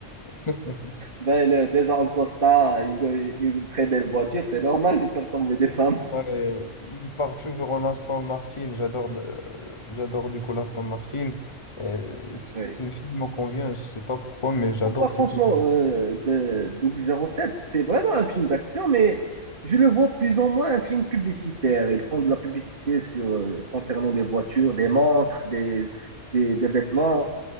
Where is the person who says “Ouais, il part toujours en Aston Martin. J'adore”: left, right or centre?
Left